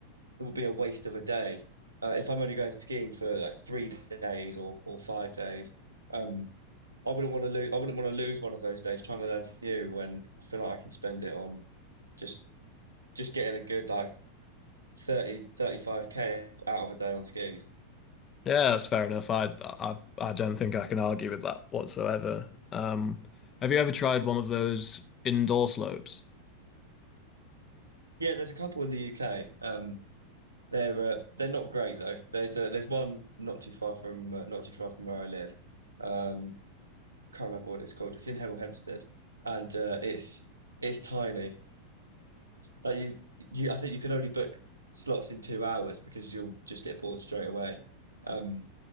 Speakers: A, on the right; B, on the left.
A: it would be a waste of a day uh, if I'm only going skiing for like three days or or five days. Um, I wouldn't want to lose I wouldn't want to lose one of those days trying to learn something new when I feel like I can spend it on just just getting a good like thirty thirty five k out of a day on skis.
B: Yeah, that's fair enough. I, I I don't think I can argue with that whatsoever. Um, have you ever tried one of those indoor slopes?
A: Yeah, there's a couple in the UK. Um, They're uh, they're not great though. There's uh, there's one not too far from uh, not too far from where I live. Um, can't remember what it's called. It's in Hemel Hempstead, and uh, it's it's tiny. Like you you I think you can only book slots in two hours because you'll just get bored straight away. Um,